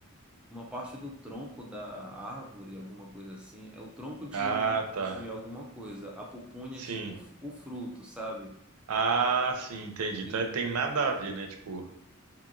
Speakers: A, in the centre; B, on the right.
A: uma parte do tronco da árvore, alguma coisa assim. É o tronco de,
B: Ah, tá.
A: de alguma coisa. A pupunha
B: Sim.
A: é tipo o, f- o fruto, sabe?
B: Ah, sim, entendi. Então
A: E,
B: não tem nada a ver, né? Tipo,